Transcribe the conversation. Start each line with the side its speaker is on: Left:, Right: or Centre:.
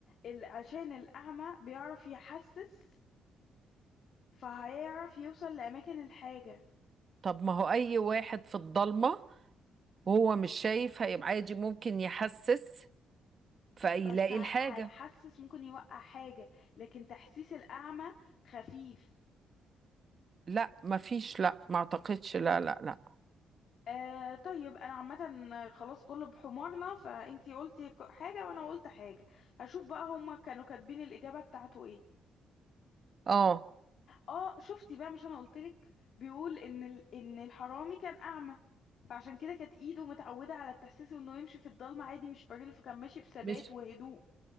Left: ال- عشان الاعمى بيعرف يحسس فهيعرف يوصل لاماكن الحاجه
Right: طب ما هو أي واحد في الضلمة وهو مش شايف هيبقى عادي ممكن يحسس فيلاقي
Left: بس ه-
Right: الحاجة
Left: هيحسس ممكن يوقع حاجه لكن تحسيس الاعمى خفيف
Right: لا مفيش لا ما اعتقدش لا لا لا
Left: آه طيب انا عامه خلاص كله بحمارنا فانتي قلتي ك- حاجه وانا قلت حاجه هشوف بقى هما كانوا كاتبين الاجابه بتاعته ايه
Right: اه
Left: اه شفتي بقى مش انا قلتلك بيقول ان ال... ان الحرامي كان اعمى فعشان كده كانت ايده متعوده على التحسيس انه يمشي في الضلمه عادي مش فارقله فكان ماشي بثبات
Right: مش
Left: وهدوء